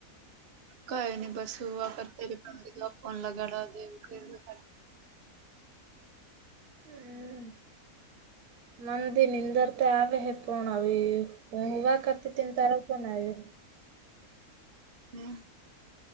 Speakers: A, on the right; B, on the right.
A: કઈ નહી બસું વા કરતા પણધ ફોન લગાડ દેવુંા
B: હમ મંદિરનીંદર તે આવે હે પણ આવી હ હોવા કરતી ત તારો પણ આવે
A: હમ